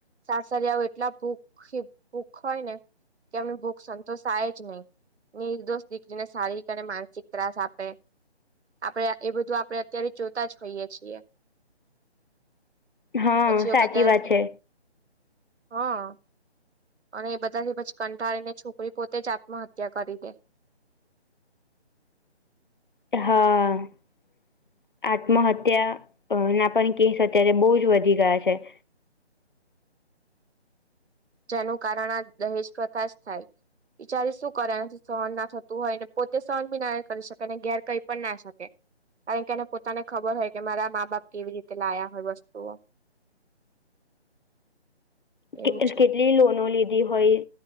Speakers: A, on the right; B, on the left.
A: સાસરી આવે, એટલા ભૂખ-ભૂખ હોય ને. કે એમને ભૂખ સંતોષાય જ નહી, નિર્દોષ દીકરીને. શારીરિક અને માનસિક ત્રાસ આપે. આપણે એ બધું આપણે અત્યારે જોતા જ હોઈએ છીએ.
B: હા
A: પછી
B: સાચી
A: બધા
B: વાત છે
A: હા. અને એ બધાથી પછી કંટાળીને, છોકરી પોતે જ આત્મહત્યા કરી દે.
B: હા. આત્મહત્યા ના પણ કેસ અત્યારે બહુ જ વધી ગયા છે.
A: જેનું કારણ આ દહેજ પ્રથશ થાય. બિચારી શું કર્યા નથી, સહન ના થતું હોયને, પોતે સહન બી ના કરી શકે, અને ઘેર કઈ પણ ના શકે. કારણ કે, એને પોતાને ખબર હોય કે, મારા મા બાપ કેવી રીતે લાયા હોય વસ્તુઓ. <unintelligible> એવું
B: કે
A: છે.
B: કેટલી લોનો લીધી હોય,